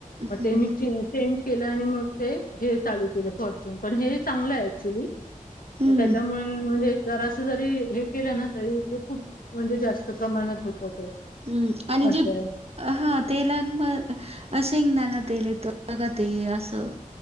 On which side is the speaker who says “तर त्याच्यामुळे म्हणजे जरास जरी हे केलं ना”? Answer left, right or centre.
Left